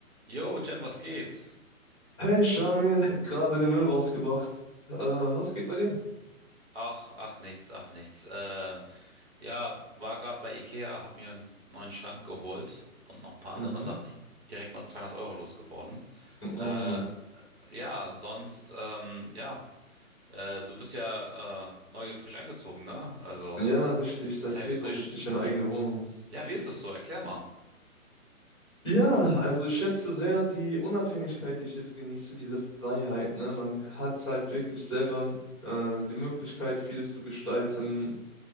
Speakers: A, on the right; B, on the left.
A: Jo, Jem, was geht?
B: Hey Shamil, <laughs> gerade den Müll rausgebracht. Äh, was geht bei dir?
A: Ach, ach nichts, ach nichts. Äh, ja, war gerade bei Ikea, hab mir einen neuen Schrank geholt und noch ein paar andere
B: Mhm.
A: Sachen. Direkt mal 200 Euro losgeworden.
B: Oh
A: Äh,
B: Mann.
A: ja, sonst, ähm, ja, äh, du bist ja äh, neu frisch eingezogen, ne? Also,
B: Ja, richtig. Seit
A: was heißt
B: Februar
A: frisch?
B: beziehe ich eine eigene Wohnung.
A: Ja, wie ist es so? Erklär mal.
B: Ja, also ich schätze sehr die Unabhängigkeit, die ich jetzt genieße, diese Freiheit. Ne? Man hat halt wirklich selber äh, die Möglichkeit, vieles zu gestalten.